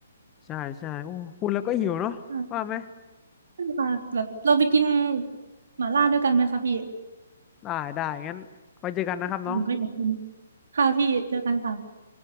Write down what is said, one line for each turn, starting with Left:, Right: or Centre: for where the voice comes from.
Left: ใช่ใช่โอ้พูดแล้วก็หิวเนาะว่าไหม
Right: อ่าได้ค่ะแบบเราไปกินหม่าล่าด้วยกันไหมคะพี่
Left: ได้ได้งั้นไว้เจอกันนะครับน้อง
Right: ผมก็อยากกินค่ะพี่เจอกันค่ะ